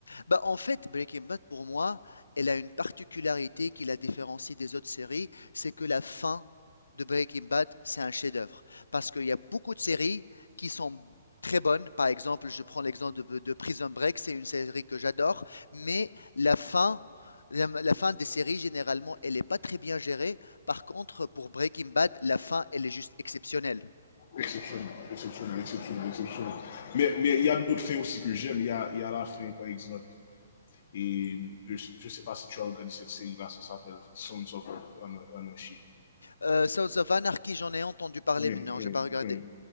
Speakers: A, on the left; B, on the left.
A: Bah en fait, Breaking Bad pour moi, elle a une particularité qui la différencie des autres séries, c'est que la fin de Breaking Bad, c'est un chef-d'œuvre. Parce qu'il y a beaucoup de séries qui sont très bonnes. Par exemple, je prends l'exemple de, de Prison Break, c'est une série que j'adore, mais la fin, la, la fin des séries généralement, elle n'est pas très bien gérée. Par contre, pour Breaking Bad, la fin, elle est juste exceptionnelle.
B: Exceptionnel, exceptionnel, exceptionnel, exceptionnel. Mais mais il mais y a d'autres faits aussi que j'aime. Il y a, il y a la fin, par exemple. Et de- je ne sais pas si tu as regardé cette série-là, ça s'appelle Sons of Anarchy.
A: Euh, Sons of Anarchy, j'en ai entendu parler,
B: Oui,
A: mais non,
B: oui,
A: j'ai pas regardé.
B: oui.